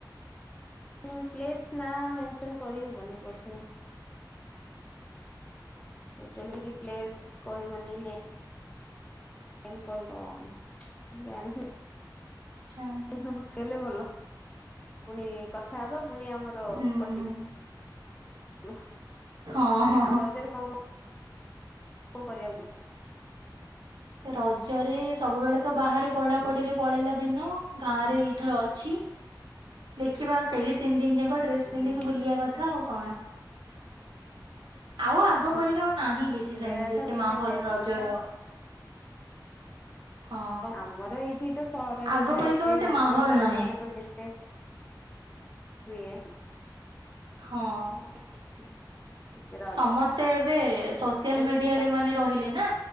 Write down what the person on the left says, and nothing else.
କି ପ୍ଲେସ୍ ନା ମେନସନ କରିହବନି ବୋଧେ। ଏକଚୁଆଲି କି ପ୍ଲେସ କହିବନି ନାଁ ଏମତି କହି ହବ କଁ ଜାଣିଶୁଣି
ନକହିଲେ ଭଲ ପୁଣି କଥା ହବା ପୁଣି ଆମର
କଟିବ।
ହୁଁ
ଆଉ
ରଜରେ କଣ କଁ କଁ କଁ କରିବାକୁ।
ହୁଁ
ହୁଁ ହୁଁ
ହୁଁ
ବୁଲିବା
କଥା
ପିଠା
ଖାଇବା
କଥା
ଆମର ଏଇଠି ତ ସହରରେ
ତ
ଏତେ
ଜାଣିଚ
ଗାଁ
ମାନଙ୍କର ଯେତେ ହୁଏ।
<inaudible> ରଜ
ସବୁ ଗାଁ